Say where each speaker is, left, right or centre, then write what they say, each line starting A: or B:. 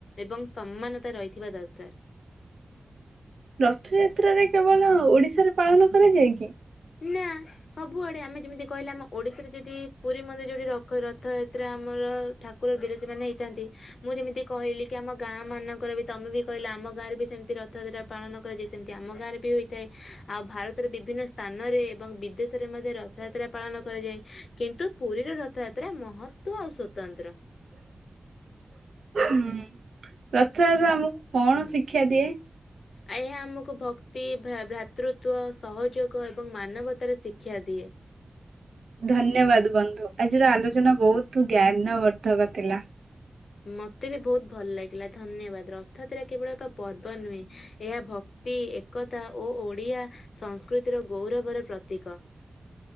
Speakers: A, on the left; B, on the right.
A: ଏବଂ ସମାନତା ରହିଥିବା ଦରକାର।
B: ରଥଯାତ୍ରାରେ କେବଳ ଓଡିଶାରେ ପାଳନ କରାଯାଇଏ କି?
A: ନା ସବୁଆଡ଼େ ଆମେ ଯେମିତି କହିଲେ ଆମ ଓଡ଼ିଶାରେ ଯଦି ପୁରୀ ମନ୍ଦିରରେ ଯଉଁଠି ର ରଥଯାତ୍ରା ଆମର ଠାକୁର ବିରାଜ ମାନ ହେଇଥାନ୍ତି ମୁଁ ଯେମିତି କହିଲି କି ଆମ ଗାଁ ମାନଙ୍କର ବି ତମେ ବି କହିଲା ଆମ ଗାଁରେ ବି ସେମିତି ରଥଯାତ୍ରା ପାଳନ କରାଯାଏ ସେମିତି ଆମ ଗାଁରେ ବି ହୋଇଥାଏ ଆଉ ଭାରତର ବିଭିନ୍ନ ସ୍ଥାନରେ ଏବଂ ବିଦେଶରେ ମଧ୍ୟ ରଥଯାତ୍ରା ପାଳନ କରାଯାଏ କିନ୍ତୁ ପୁରୀର ରଥଯାତ୍ରା ମହତ୍ୱ ଆଉ ସ୍ୱତନ୍ତ୍ର।
B: ହୁଁ ରଥଯାତ୍ରା ଆମକୁ କଣ ଶିକ୍ଷା ଦିଏ?
A: ଆହ୍ୟା ଆମକୁ ଭକ୍ତି, ଭ୍ରା- ଭ୍ରାତୃତ୍ୱ, ସହଯୋଗ ଏବଂ ମାନବତାର ଶିକ୍ଷା ଦିଏ।
B: ଧନ୍ୟବାଦ ବନ୍ଧୁ। ଆଜିର ଆଲୋଚନା ବହୁତ ଜ୍ଞାନ ବର୍ଦ୍ଧକ ଥିଲା।
A: ମତେ ବି ବହୁତ ଭଲ ଲାଗିଲା ଧନ୍ୟବାଦ। ରଥଯା ତ୍ରା କେବଳ ଏକ ପର୍ବ ନୁହେଁ। ଏହା ଭକ୍ତି ଏକତା ଓ ଓଡ଼ିଆ ସଂସ୍କୃତିର ଗୌରବର ପ୍ରତୀକ।